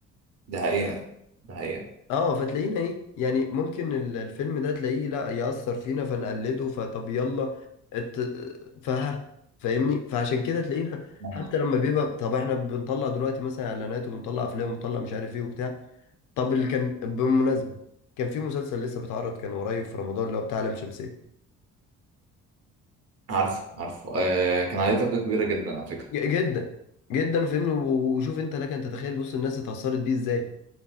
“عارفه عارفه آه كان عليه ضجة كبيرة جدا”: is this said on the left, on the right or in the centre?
Right